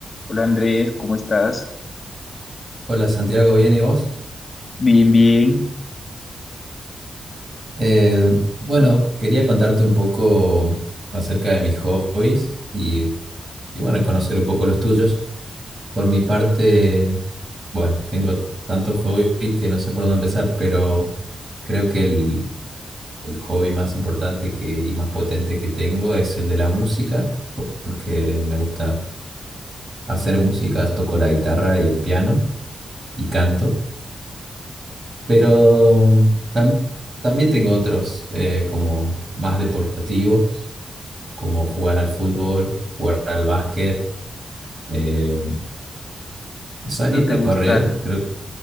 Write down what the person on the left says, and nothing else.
Hola Andrés, ¿cómo estás?
Bien, bien.
¿No te
gusta,